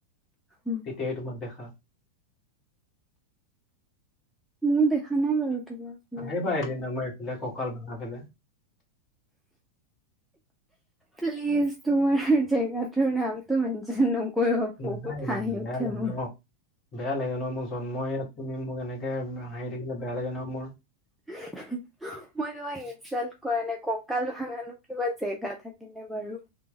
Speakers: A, in the centre; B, on the left.
A: হুম
B: তেতিয়াই তোমাক দেখা
A: ময়ো দেখা নাই বাৰু তোমাক ইমান
B: আহিবা
A: দিনে
B: এদিন আমাৰ এফালে কঁকাল ভঙা ফালে
A: প্লিজ তোমাৰ জেগাটোৰ নামটো মেনচন ন কয়
B: নাহাঁহিবা
A: বহুত হাঁহি
B: বেয়া
A: উঠে
B: লাগে
A: মোৰ
B: ন বেয়া লাগে ন মোৰ জন্ম ইয়াত তুমি মোক এনেকে হাঁহি থাকিলে বেয়া লাগে ন মোৰ।
A: <unintelligible> মই তোমাক ইনচালট কৰা নাই কঁকাল ভাঙানো কিবা জেগা থাকে নে বাৰু?